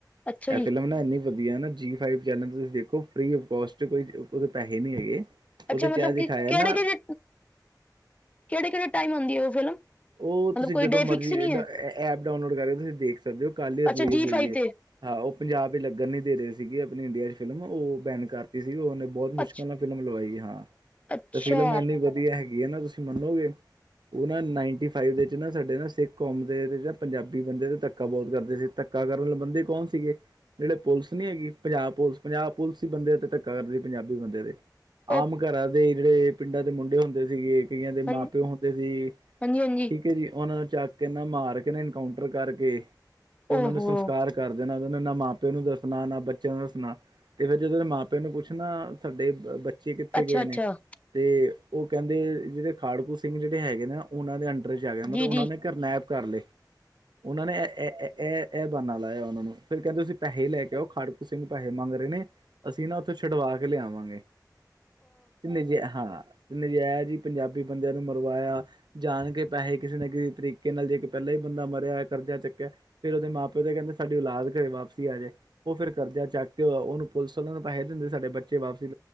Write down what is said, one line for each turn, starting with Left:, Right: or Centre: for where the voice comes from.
Left: ਅੱਛਾ ਜੀ
Right: ਇਹ ਫਿਲਮ ਨਾ ਇੰਨੀ ਵਧੀਆ ਨਾ ਜੀ ਫਾਇਬ ਚੈਨਲ ਤੁਸੀਂ ਦੇਖੋ ਫਰੀ ਉਫ ਕੋਸਟ, ਕੋਈ ਪੈਸੇ ਨਹੀਂ ਹੈਗੇ। ਉਹਦੇ
Left: ਅੱਛਾ
Right: ਚ
Left: ਮਤਲਬ
Right: ਇਹ ਦਿਖਾਇਆ
Left: ਕਿ ਕਿਹੜੇ,
Right: ਨਾ
Left: ਕਿਹੜੇ ਕਿਹੜੇ, ਕਿਹੜੇ ਟਾਈਮ ਹੁਉਂਦੀ ਆ ਉਹ ਫਿਲਮ?
Right: ਉਹ
Left: ਮਤਲਬ
Right: ਤੁਸੀਂ
Left: ਕੋਈ
Right: ਜਦੋਂ
Left: ਡੇ
Right: ਮਰਜ਼ੀ,
Left: ਫਿਕਸ ਨਹੀਂ ਹੈ
Right: ਐਪ ਡਾਊਨਲੋਡ ਕਰਕੇ ਤੁਸੀਂ ਦੇਖ ਸਕਦੇ ਹੋ, ਕੱਲ ਹੀ ਰਿਲੀਜ਼
Left: ਅੱਛਾ ਜੀ
Right: ਹੋਈ
Left: ਫਾਈਵ
Right: ਏ।
Left: ਤੇ
Right: ਹਾਂ ਉਹ ਪੰਜਾਬ 'ਚ ਲੱਗਣ ਨਹੀ ਦੇ ਰਹੇ ਸੀਗੇ, ਆਪਣੀ ਇੰਡੀਆ 'ਚ ਫਿਲਮ ਉਹ ਬੈਨ ਕਰਤੀ ਸੀ ਉਹਨੇ ਬਹੁਤ ਮੁਸ਼ਕਿਲ
Left: ਅੱਛ
Right: ਨਾਲ ਫਿਲਮ ਲਵਾਈ ਹਾਂ,
Left: ਅੱਛਾ
Right: ਤੇ ਫਿਲਮ ਐੰਨੀ ਵਧੀਆ ਹੈਗੀ ਹੈ ਨਾ ਤੁਸੀਂ ਮੰਨੋਗੇ ਉਹ ਨਾ ਨਾਈਨਟੀ ਫਾਈਵ ਦੇ ਵਿੱਚ ਨਾ, ਸਾਡੇ ਨਾ ਸਿੱਖ ਕੌਮ ਦੇ ਜਾਂ ਪੰਜਾਬੀ ਬੰਦੇ ਦੇ ਦੱਕ ਧੱਕਾ ਬਹੁਤ ਕਰਦੇ ਸੀ, ਧੱਕਾ ਕਰਨ ਵਾਲੇ ਬੰਦੇ ਕੌਣ ਸੀ ਗੇ? ਜਿਹੜੇ ਪੁਲਿਸ ਨੀ ਹੈਗੀ ਪੰਜਾਬ ਪੁਲਿਸ, ਪੰਜਾਬ ਪੁਲਿਸ ਹੀ ਬੰਦੇ ਤੇ ਧੱਕਾ ਕਰਦੀ ਪੰਜਾਬੀ ਬੰਦੇ ਦੇ, ਆਮ
Left: ਉਹ
Right: ਘਰਾਂ ਦੇ ਜਿਹੜੇ ਪਿੰਡਾਂ ਦੇ ਮੁੰਡੇ ਹੁੰਦੇ ਸੀ ਗੇ ਕਈਆਂ ਦੇ
Left: ਹਾਂ
Right: ਮਾਂ ਪਿਓ ਹੁੰਦੇ ਸੀ,
Left: ਹਾਂਜੀ ਹਾਂਜੀ
Right: ਠੀਕ ਜੀ, ਉਹਨਾਂ ਦਾ ਚੱਕ ਕਿਨਾ ਮਾਰ ਕੇ ਨਾ, ਇਨਕਾਊਂਟਰ ਕਰਕੇ, ਤੇ ਉਹਨਾਂ
Left: ਓਹੋ
Right: ਨੂੰ ਸੰਸਕਾਰ ਕਰ ਡਰਦੇ ਨਾ ਉਹ ਨਾ ਮਾਂ ਪਿਉ ਨੂੰ ਦੱਸਣਾ, ਨਾ ਬੱਚਿਆਂ ਨੂੰ ਦੱਸਣਾ, ਨਾ ਇਹੋ ਜੇ, ਜਦੋਂ ਮਾਂ ਪਿਓ ਨੂੰ ਪੁੱਛਣਾ ਨਾ, ਸਾਡੇ ਬੱਚੇ ਕਿੱਥੇ
Left: ਅੱਛਾ
Right: ਗਏ
Left: ਅੱਛਾ
Right: ਨੇ? ਤੇ ਉਹ ਕਹਿੰਦੇ, ਜਿਹੜੇ ਖਾੜਕੂ ਸਿੰਘ ਜਿਹੜੇ ਹੈਗੇ ਨੇ ਉਹਨਾਂ ਦੇ ਅੰਡਰ 'ਚ ਆ ਗਿਆ, ਮਤਲਬ
Left: ਜੀ
Right: ਉਹਨਾਂ
Left: ਜੀ
Right: ਨੇ ਕਿਨੈਪ ਕਰ ਲਏ, ਉਹਨਾਂ ਨੇ ਇਹ- ਇਹ ਇਹ ਬਾਨਾ ਲਾਇਆ ਉਹਨਾ ਨੂੰ, ਫੇਿਰ ਕਹਿੰਦੇ ਤੁਸੀਂ ਪੈਹੇ ਲੈ ਕੇ ਆਓ, ਖਾੜਕੂ ਸਿੰਘ ਪੈਹੇ ਮੰਗ ਰਹੇ ਨੇ ਅਸੀ ਨਾ ਉਥੋਂ ਛੁਡਵਾ ਕੇ ਲਿਆਵਾਂ ਗੇ, ਨੀ ਜੀ, ਹਾਂ। ਨਜਾਇਜ ਈ, ਪੰਜਾਬੀ ਬੰਦਿਆਂ ਨੂੰ ਮਰਵਾਇਆ। ਜਾਣ ਕੇ ਪੈਹੇ ਕਿਸੇ ਨਾ ਕਿਸੇ ਤਰੀਕੇ ਨਾਲ, ਜੇ ਪਹਿਲਾਂ ਹੀ ਬੰਦਾ ਮਰਿਆ ਹੋਇ ਕਰਜ਼ਾ ਚੁੱਕਿਆ ਫੇਰ ਉਹਦੇ ਮਾਂ ਪਿਓ ਤੇ ਕਹਿੰਦੇ ਸਾਡੀ ਔਲਾਦ ਘਰੇ ਵਾਪਸੀ ਆ ਜਾਏ, ਉਹ ਫਿਰ ਕਰਜ਼ਾ ਚੱਕ ਕੇ ਉਹ ਨੂੰ ਪੁਲਿਸ ਆਲੇ ਨੂੰ ਪੈਸੇ ਦਿਦੇ ਸੀ ਸਾਡੇ ਬੱਚੇ ਵਾਪਸੀ,